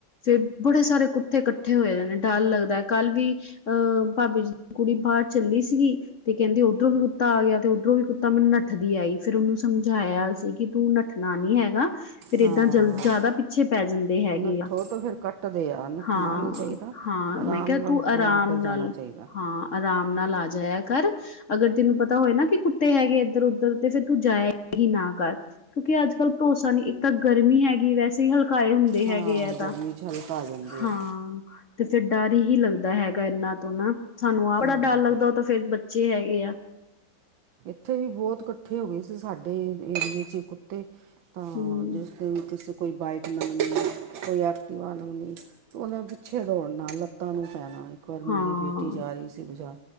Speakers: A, on the left; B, on the right.
A: ਫੇਰ ਬੜੇ ਸਾਰੇ ਕੁੱਠੇ ਕੱਠੇ ਹੋਏ ਦੇ ਨੇ ਡਰ ਲੱਗਦਾ ਹੈ ਕਲ ਵੀ ਅਹ ਭਾਬੀ ਜੀ ਦੀ ਕੁੜੀ ਬਾਹਰ ਚੱਲੀ ਸੀਗੀ ਤੇ ਕਹਿੰਦੇ ਉੱਧਰੋਂ ਵੀ ਕੁੱਤਾ ਆ ਗਿਆ ਤੇ ਉੱਧਰੋਂ ਵੀ ਕੁੱਤਾ ਮੈਂ ਨੱਠਦੀ ਆਈ ਫਿਰ ਉਹਨੂੰ ਸਮਝਾਇਆ ਅਸੀ ਕਿ ਤੂੰ ਨੱਠਣਾ ਨਹੀਂ ਹੈਗਾ ਫੇਰ
B: ਹਾਂ
A: ਏਦਾਂ ਜਲ ਜ਼ਿਆਦਾ ਪਿੱਛੇ ਪੈ ਜਾਂਦੇ ਹੈਗੇ
B: ਨੱਠੋ
A: ਆ
B: ਤਾਂ ਫਿਰ ਕੱਟਦੇ ਆ ਨੱਠਣਾ
A: ਹਾਂ
B: ਨਹੀਂ ਚਾਹੀਦਾ
A: ਹਾਂ
B: ਆਰਾਮ
A: ਮੈਂ ਕਿਹਾ
B: ਨਾਲ
A: ਤੂੰ ਆਰਾਮ
B: ਤਾਂ ਨਿਕਲ ਜਾਣਾ
A: ਨਾਲ
B: ਚਾਹੀਦਾ
A: ਹਾਂ ਆਰਾਮ ਨਾਲ ਆ ਜਾਇਆ ਕਰ ਅਗਰ ਤੈਨੂੰ ਪਤਾ ਹੋਏ ਨਾ ਕਿ ਕੁੱਤੇ ਹੈਗੇ ਇੱਧਰ ਉੱਧਰ ਤੇ ਫੇਰ ਤੂੰ ਜਾਇਆ ਹੀ ਨਾ ਕਰ ਕਿਉਂਕਿ ਅੱਜ ਕੱਲ ਭਰੋਸਾ ਨੀ ਇੱਕ ਤਾਂ ਗਰਮੀ ਹੈਗੀ ਵੈਸੇ ਈ ਹਲਕਾਏ ਹੁੰਦੇ ਹੈਗੇ
B: ਹਾਂ
A: ਏ ਤਾਂ
B: ਗਰਮੀ 'ਚ ਹਲਕਾ ਆ ਜਾਂਦੇ
A: ਹਾਂ
B: ਆ
A: ਤੇ ਫਿਰ ਡਰ ਹੀ ਲੱਗਦਾ ਹੈਗਾ ਇਨਾ ਤੋਂ ਨਾ ਸਾਨੂੰ ਆਪ ਬੜਾ
B: ਹੂੰ
A: ਡਰ ਲੱਗਦਾ ਉਹ ਤਾਂ ਫੇਰ ਬੱਚੇ ਹੈਗੇ ਆ
B: ਇਥੇ ਵੀ ਬਹੁਤ ਇਕੱਠੇ ਹੋ ਗਏ ਸੀ ਸਾਡੇ ਏਰੀਏ ਚ ਕੁੱਤੇ ਤਾਂ
A: ਹਮ
B: ਜੇ ਉਹ ਵਿੱਚ ਕੋਈ ਬਾਈਕ ਲੰਗਣੀ ਕੋਈ ਐਕਟੀਵਾ ਲੰਗਣੀ ਉਹਨਤਪਿੱਛੇ ਦੌੜਨਾ ਲੱਤਾਂ ਨੂੰ ਪੈਣਾ ਇੱਕ ਵਾਰ ਮੇਰੀ
A: ਹਾਂ
B: ਬੇਟੀ ਜਾ ਰਹੀ ਸੀ ਬਜਾਰ